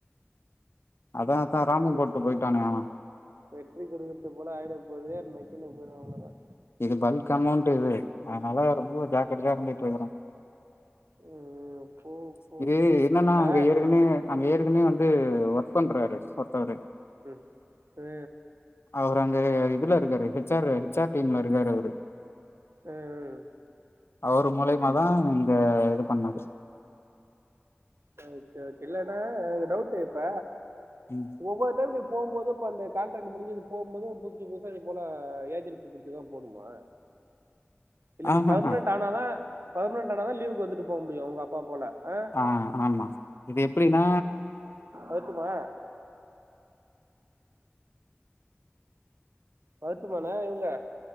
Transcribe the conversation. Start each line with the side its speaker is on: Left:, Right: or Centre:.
Left: அதா அதா
Right: அதான்
Left: ராம
Right: வெற்றி
Left: போட்டு போயிட்டானே அவ
Right: வெற்றி கொடுக்கட்டு போல ஆயிட போது இனி <unintelligible> அவ்ளோ தான்
Left: இது பல்க் அமௌண்ட் இது அதனால ரொம்ப ஜாக்கிரதையா தான் இருந்து வெக்கிறேன்
Right: ம், போ போ
Left: இது என்னன்னா
Right: இப்ப
Left: அங்க ஏற்கனவே அங்க ஏற்கனேவே வந்து ஒர்க் பண்றாரு சரி
Right: ம் ஆ
Left: அவர் அங்க இதுல இருக்காரு ஷார் ஏச் ஆர் டீம்ல இருக்காரு அவரு
Right: ம்.
Left: அவரு மூலியமாதா இங்க இது பண்ணது
Right: சரி சரி இல்லன்ன எனக்கு டவுட் இப்ப
Left: ம்
Right: ஒவ்வர்தருக்கு இப் போ போது இப்ப அந்த கான்ராக்ட் முடிஞ்சது போம் போது புதுசு புதுசா இது போல ஏஜென்ட்டு புடிச்சிதா போனுமா இல்ல
Left: ஆஹஹ
Right: நீ பர்மனன்ட் ஆனாதா பரமணெண்ட் ஆனா தா லீவுக்கு வந்துட்டு போ முடியு உங்க அப்பா போல ஆ?
Left: ஆ ஆமா இது எப்படின்னா
Right: ஏறட்டுமா வருட்டுமான எங்க